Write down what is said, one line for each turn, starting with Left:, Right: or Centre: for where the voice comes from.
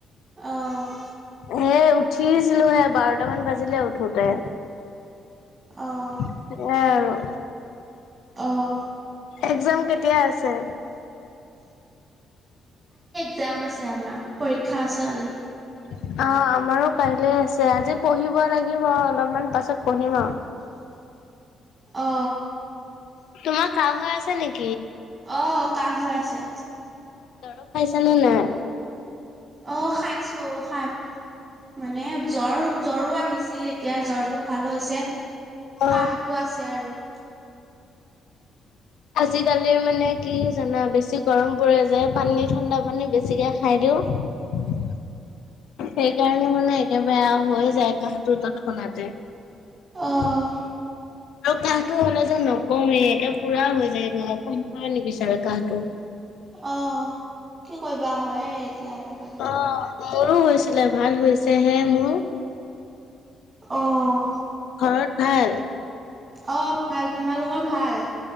Right: অহ',
Left: সেয়ে উঠিছিলো হে বাৰটামান বাজিলে উঠোতে।
Right: অহ',
Left: সেয়াই আৰু।
Right: অহ',
Left: একজাম কেতিয়া আছে?
Right: একজাম আছে আমাৰ পৰীক্ষা আছে কালি।
Left: আ', আমাৰো কাইলে আছে আজি পঢ়িব লাগিব অলপমান পাছত। পূৰ্ণিমা।
Right: অ।
Left: তোমাৰ কাহ হৈ আছে নেকি?
Right: আহ কাহ হৈ আছে।
Left: দৰৱ খাইছানে নাই?
Right: অ', খাইছোঁ খাই মানে জ্বৰ জ্বৰো আহিছিল এতিয়া জ্বৰটো ভাল হৈছে।
Left: অ
Right: কাহটো আছে আৰু।
Left: আজিকালি মানে কি জানা বেছি গৰম পৰে যে পানী ঠাণ্ডা পানী বেছিকে খাই দিও। টো। সেইকাৰণে মানে একে বেয়া হৈ যায় কাহটোৰ তৎক্ষণাতে। উম
Right: অ'।
Left: আৰু কাহটো হ'লে যে নকওঁৱেই একে পুৰা হৈ যায় গ কমিবই নিবিচাৰে কাহটো।
Right: অ কি কৰিবা হয়। এতিয়া আজিকালি
Left: অ' মোৰো হৈছিলে ভাল হৈছে হে মোৰ।
Right: আহ
Left: ঘৰত ভাল।
Right: অ ভাল তোমালোকৰ ভাল।